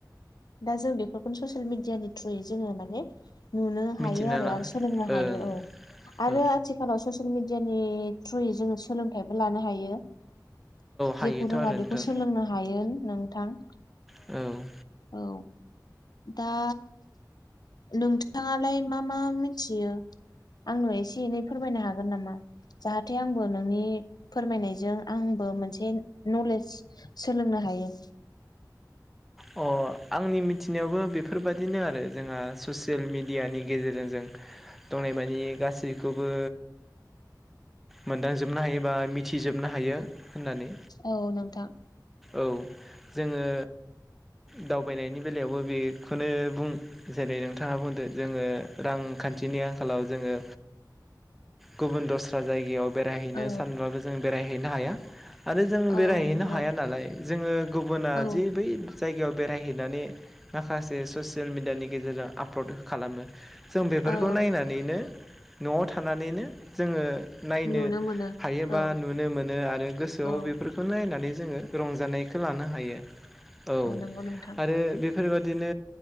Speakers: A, on the left; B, in the centre.
A: दा जों बेफोरखौनो ससियेल मिडिया नि थ्रुयै जोङो माने। नुनो
B: मिथिना
A: हायो आरो
B: ला
A: सोलोंनो
B: ओं
A: हायो औ आरो
B: औ
A: आथिखाल। आथिखालाव ससियेल मिडियानि थ्रुयै जोङो सोलोंथाइबो लानो हायो।
B: हायोथ'
A: जेखौ रोङा
B: आरो
A: बेखौ
B: नोंथां
A: सोलोंनो हायो नोंथां।
B: औ।
A: औ दा। नोंथाङालाय मा मा मिथियो। आंनो एसे एनै फोरमायनो हागोन नामा? जाहाथे आंबो नोंनि फोरमायनायजों आंबो मोनसे नलेज सोलोंनो हायो।
B: अ आंनि मिथिनायावबो बेफोरबायाददिनो आरो जोंहा ससियेल मेडियानि गेजेरजों जों दंनाय मानिे गासैखौबो मोनदांजोबनो हायोबा मिथिजोबनो हायो होननानै।
A: औ नोंथां
B: औ जोङो दावबायनायनि बेलायावबो बेखौनो बुं जेरै नोंथाङा बुंदो जोङो रांखान्थिनि आंखालाव जोङो। गुबुन दस्रा जायगायाव बेरायहैनो
A: औ
B: सानब्लाबो जों बेरायहैनो हाया। आरो जों
A: औ
B: बेरायहैनो
A: नंगौ
B: हाया नालाय जोङो गुबुना
A: औ
B: जे बै जायगायाव बेरायहैनानै माखासे ससियेल मिडियानि गेजेरजों आपल'ड खालामो जों बेफोरखौ
A: औ
B: नायनानैनो न'आव थानानैनो जोङो नायनो
A: नुनो मोनो
B: हायोबा
A: औ
B: नुनो मोनो आरो गोसोआव
A: औ
B: बेफोरखौ नायनानै जोङो रंजानायखौ लानो हायो। औ
A: नांगौ नोंथां
B: आरो बेफोरबादिनो